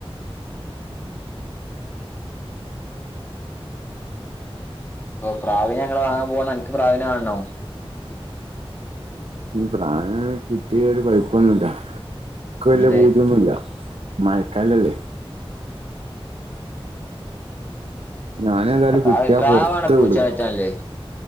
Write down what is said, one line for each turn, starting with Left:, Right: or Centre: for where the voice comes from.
Left: ഓ പ്രാവീനെ ഞങ്ങള് വാങ്ങാ പോവാണ്. അനിക്ക് പ്രാവീനെ വേണോ
Right: ഇനി പ്രാവിനെ കിട്ടിയ ഒരു കൊഴപ്പൊന്നുമില്ല ഇനിക്കു വല്യ
Left: എന്തേ
Right: പൂതിയൊന്നുമില്ല മഴക്കാലം അല്ലേ ഞാന് ഏതായാലും
Left: പ്രാവ്
Right: കിട്ടിയാ
Left: പ്രാവാണ്
Right: പുറത്ത്
Left: പൂച്ചേനെ
Right: വിടും.
Left: അയച്ചാനല്ലേ